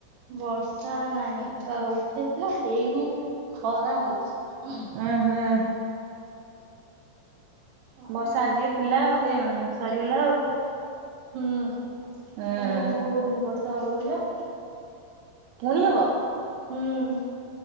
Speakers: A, on the right; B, on the right.
A: ବର୍ଷା ନାଇଁ ଉଠେଇଥିଲା ଆଉ ହେଇନି। ଖରା ହେଇଛି।
B: ଉଁ ହୁଁ।
A: ଆଉ
B: ବର୍ଷା ଆଜି ଥିଲା ବୋଧେ ସରିଗଲା ଆଉ।
A: ହୁଁ ଆଉ
B: ଉଁ
A: ପୁଣି କଣ କହୁଛନ୍ତି ବର୍ଷା ହବ ବୋଲିଆ।
B: ପୁଣି ହବ?
A: ହୁଁ।